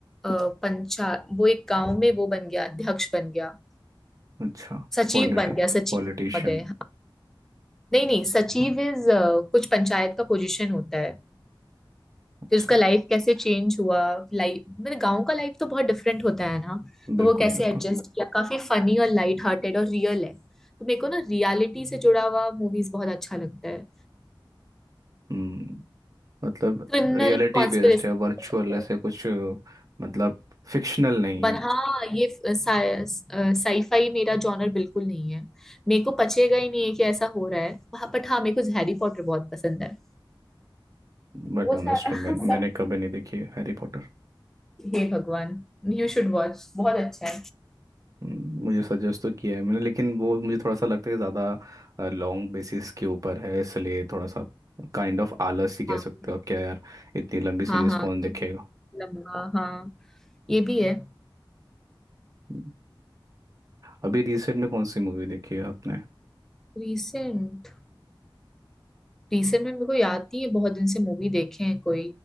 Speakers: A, in the centre; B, on the right (about 40°).
A: अ, पंचा वो एक गांव में वो बन गया अध्यक्ष बन गया
B: अच्छा
A: सचिव
B: पॉलिटी
A: बन गया सचिव
B: पॉलिटिशियन
A: महोदय हाँ। नहीं नहीं सचिव इज कुछ पंचायत का पोजीशन होता है
B: अच्छा
A: फिर उसका लाइफ कैसे चेंज हुआ लाइफ मतलब गांव का लाइफ तो बहुत डिफरेंट होता है ना
B: बिल्कुल
A: तो वो कैसे
B: बिल्कुल
A: एडजस्ट किया काफी फनी और लाइट हार्टेड और रियल है तो मेरे को ना रियलिटी से जुड़ा हुआ मूवीज बहुत अच्छा लगता है
B: हम्म मतलब
A: क्रिमिनल
B: रियलिटी
A: कॉन्स्पिरेसी
B: बेस्ड है वर्चुअल
A: हो सकता
B: ऐसे
A: है
B: कुछ अ, मतलब फिक्शनल नहीं
A: बट
B: है
A: हाँ ये साईफाई मेरा जॉनर बिल्कुल नहीं है मेरे को पचेगा ही नहीं है कि ऐसा हो रहा है हाँ, बट हाँ मेरे को हैरी पॉटर बहुत पसंद है
B: बट
A: वो
B: ऑनेस्टली
A: सा- <laughs>
B: मैं
A: सब
B: मैंने कभी नहीं देखी है हैरी पॉटर
A: हे भगवान यू शुड वॉच बहुत अच्छा
B: हम्म, मुझे सजेस्ट तो किया है मैंने लेकिन वो मुझे थोड़ा सा लगता है कि ज़्यादा लॉन्ग बेसिस के ऊपर है इसलिए थोड़ा सा काइंड ऑफ आलस ही कह
A: है
B: सकते हो आप क्या यार इतनी लंबी सीरीज
A: हाँ हाँ
B: कौन देखेगा
A: क्योंकि लंबा हाँ ये भी है
B: हम्म, अभी रिसेंट में कौन सी मूवी देखी है आपने
A: रिसेंट रिसेंट में मेरे को याद नहीं है बहुत दिन से मूवी देखे हैं कोई